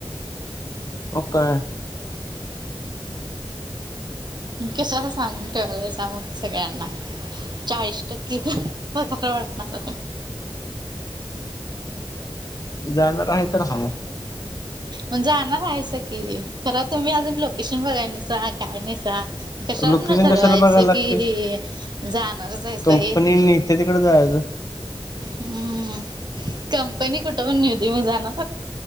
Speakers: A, on the left; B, on the right.
A: हो काय.
B: कशा सांगून ठेवालायचा मग सगळ्यांना. चाळीस टक्के पकार वाटणार.
A: जाणार आहे तर ह
B: म जाणार आहेचं की खर तुम्ही अजून लोकेशन बघाय नसा काय नाहीसा. कशावर
A: लोकेशन
B: न ठरवायचं
A: कशाला बघायला लागते
B: कि जाणार जायचं
A: कंपनी
B: हे.
A: नेते तिकडे जायचं
B: हम्म कंपनी कुठं पण न होती मग जाण